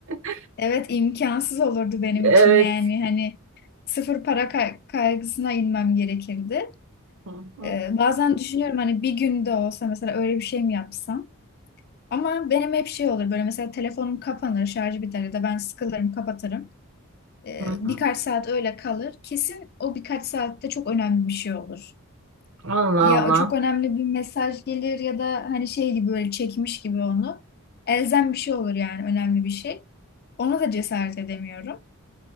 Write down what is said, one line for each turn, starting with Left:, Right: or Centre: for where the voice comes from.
Right: <laughs>
Left: evet imkansız olurdu benim
Right: Evet.
Left: için yani hani sıfır para kay- kaygısına inmem gerekirdi.
Right: Hı hı.
Left: Ee, bazen düşünüyorum hani bir günde olsa mesela öyle bir şey mi yapsam? Ama benim hep şey olur böyle mesela telefonum kapanır, şarjı biter ya da ben sıkılırım, kapatırım. e,
Right: Hı hı.
Left: birkaç saat öyle kalır. Kesin o birkaç saatte çok önemli bir şey olur.
Right: Allah
Left: Ya
Right: Allah.
Left: çok önemli bir mesaj gelir ya da hani şey gibi böyle çekmiş gibi onu. Elzem bir şey olur yani önemli bir şey. Ona da cesaret edemiyorum.